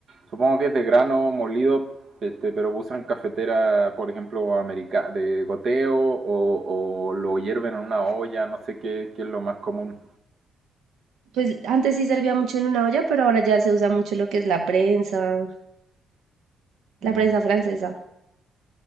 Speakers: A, on the right; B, on the right.
A: supongo que es de grano molido, este, pero usan cafetera, por ejemplo, america, de goteo o, o lo hierven en una olla, no sé qué, qué es lo más común.
B: Pues antes sí servía mucho en una olla, pero ahora ya se usa mucho lo que es la prensa La
A: Mm.
B: prensa francesa,